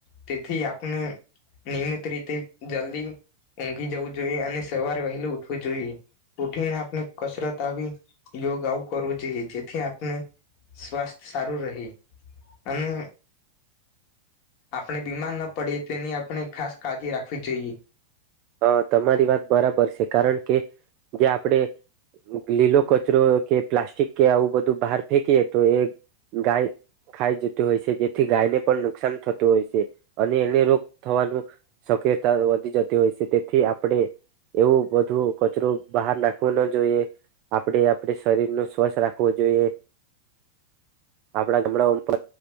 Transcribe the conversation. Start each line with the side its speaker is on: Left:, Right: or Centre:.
Left: તેથી આપણે નિયમિત રીતે જલ્દી ઊંધી જવું જોઈએ અને સવારે વહેલી ઉઠવું જોઈએ, ઉઠીને આપણે કસરત આવી, યોગ આવું કરવું જોઈએ જેથી આપણે સ્વાસ્થ્ય સારું રહે. અને આપણે બીમાર ના પડે તેની આપણે ખાસ કાળજી રાખવી જોઈએ.
Right: હ તમારી વાત બરાબર છે કારણ કે જે આપણે લીલો કચરો કે પ્લાસ્ટિક કે આવું બધું બહાર ફેંકીએ તો એ ગાય ખાઈ જતી હોય છે જેથી ગાયને પણ નુકસાન થતું હોય છે અને એને રોગ થવાનું શક્યતા વધી જતી હોય છે. તેથી આપણે એવું બધું કચરો બહાર નાખવો ન જોઈએ, આપણે આપડ શરીર નું સ્વસ્થ રાખવું જોઈએ, આપણા ગામડા ઉપ